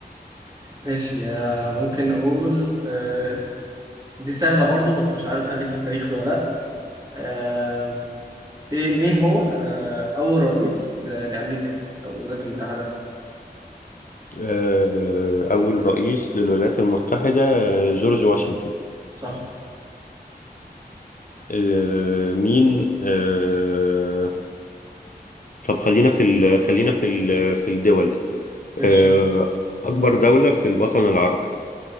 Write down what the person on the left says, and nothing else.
آه، أول رئيس للولايات المتحدة آه، جورج واشنطن
آه، مين آه، طب خلينا في ال... خلينا في ال... في الدول
آه، أكبر دولة في الوطن العربي